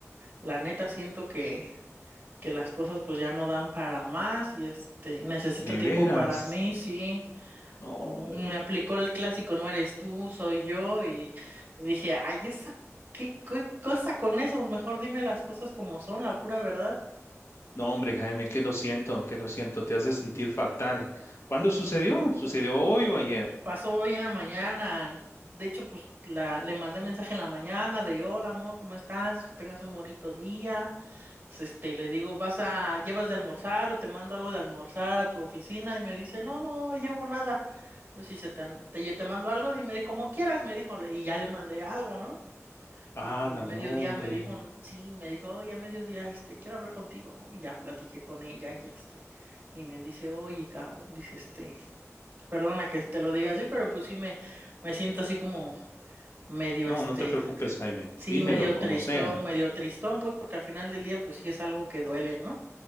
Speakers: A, on the right; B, on the left.
A: la neta siento que, que las cosas pues ya no dan para más y este, necesito
B: de
A: tiempo
B: veras.
A: para mí, sí.
B: No, hombre.
A: Ujú, Me aplicó el clásico, no eres tú, soy yo, y dije, ay, esa, ¿qué, qué cosa con eso? Mejor dime las cosas como son, la pura verdad.
B: No, hombre, Jaime, que lo siento, que lo siento, te hace sentir fatal. ¿Cuándo sucedió? ¿Sucedió hoy o ayer?
A: Pasó hoy en la mañana, de hecho, pues la, le mandé mensaje en la mañana de, hola amor, ¿cómo estás? Que tengas un bonito día. Pues, Este, le digo, ¿vas a, llevas de almorzar o te mando algo de almorzar a tu oficina? Y me dice, no, no, llevo nada. Entonces, si se te, te, te mando algo, dime como quieras, me dijo, y ya le mandé algo, ¿no?
B: Ala,
A: Y como a mediodía
B: no, hombre.
A: me dijo, sí, me dijo, oye, a mediodía, este, quiero hablar contigo, ¿no? Y ya platiqué con ella y este, y me dice, oye, cabrón, dice, este, perdona que te lo diga así, pero pues sí me, me siento así como medio,
B: No,
A: este,
B: no te preocupes, Jaime.
A: sí,
B: Dímelo,
A: medio
B: como
A: tristón,
B: sea.
A: medio tristón, pues porque al final del día, pues sí es algo que duele, ¿no?